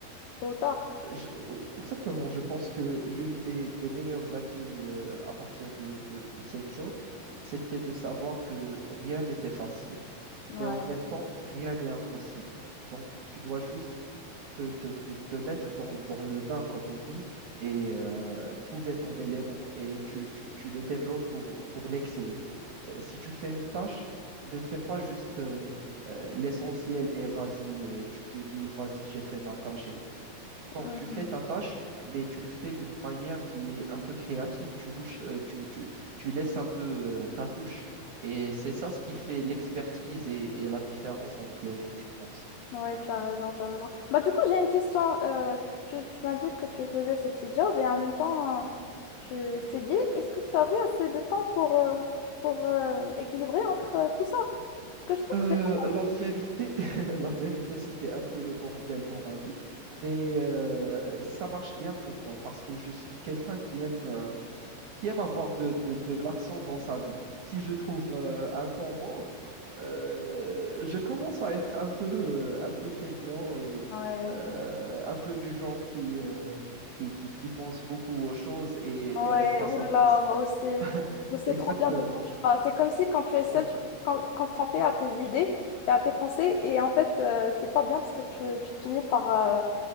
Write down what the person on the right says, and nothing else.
Je- oh, exactement, je pense que l'une des, des meilleurs acquis euh, à partir de, de, de cette job, c'était de savoir que rien n'était facile
mais en même temps, rien n'est impossible. Donc, tu dois juste te, te, te, te mettre dans, dans le bain, comme on dit, et euh, trouver ton élément et tu, tu, tu le développes pour, pour l'exceller. Euh, si tu fais une tâche, ne fais pas juste euh, euh, l'essentiel et vas-y, euh, tu te dis, vas-y, j'ai fait ma tâche et tout. Non,
tu fais ta tâche, mais tu le fais d'une manière qui est un peu créative. Tu louches, euh, tu, tu, tu laisses un peu euh, ta touche. Et c'est ça ce qui fait l'expertise et et la différence entre les gens, je pense.
Euh,
la vérité, <laughs> la vérité, c'était un peu le bordel dans ma vie, mais euh, ça marche bien pour moi parce que je suis quelqu'un qui aime, euh, qui aime avoir de, de- de l'action dans sa vie. Si je trouve euh, un temps mort, euh, je commence à être un peu, euh, un peu feignant et
euh, un peu du genre qui, euh, qui, qui, qui pense beaucoup aux choses et,
et reste à
sa place.
<laughs>
Exactement.
Ouais,